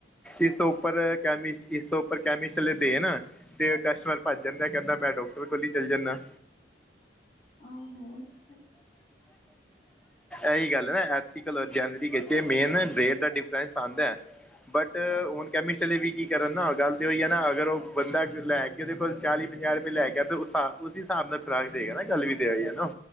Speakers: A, in the centre; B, on the left (about 45°).
A: ਇਸ ਉਪਰ ਕੈਮੀ ਇਸ ਤੋਂ ਉਪਰ ਕੈਮਿਸਟ ਵਾਲੇ ਦੇਣ ਤੇ ਕਸਟਮਰ ਭੱਜ ਜਾਂਦਾ ਕੈਂਦਾ ਮੈਂ ਡੋਕਟਰ ਕੋਲ ਈ ਚੱਲ ਜਾਂਨਾ।
B: ਆਹੋ <unintelligible>
A: ਏਹੀ ਗੱਲ ਹੈ ਨਾ ਏਥਿਕਲ ਓਰ ਜੈਨਰਿਕ ਚ ਮੇਨ ਰੇਟ ਦਾ ਡਿਫਰੰਸ ਆਂਦਾ। ਬਟ
B: ਹਾਂ
A: ਹੁਣ ਕੈਮਿਸਟ ਵਾਲੇ ਵੀ ਕੀ ਕਰਨ ਨਾ ਗੱਲ ਤੇ ਓਹੀ ਦੀ ਐ ਨਾ ਅਗਰ ਓ ਬੰਦਾ ਲੈ ਕੇ ਓਦੇ ਕੋਲ ਚਾਲੀ ਪੰਜਾਹ ਰੁਪਏ ਲੈ ਗਿਆ ਤਾਂ ਉਸ <unintelligible> ਉਸੀ ਹਿਸਾਬ ਨਾਲ ਖੁਰਾਕ ਦੇਗਾ ਨਾ ਗੱਲ ਵੀ ਤੇ ਏਹੀ ਹੈ ਨਾ।